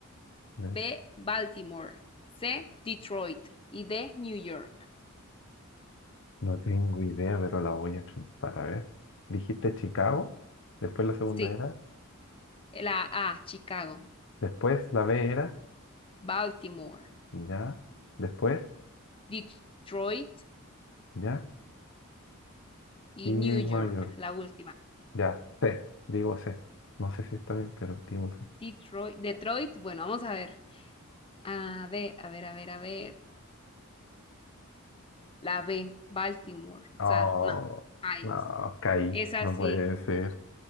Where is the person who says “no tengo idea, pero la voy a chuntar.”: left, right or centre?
Left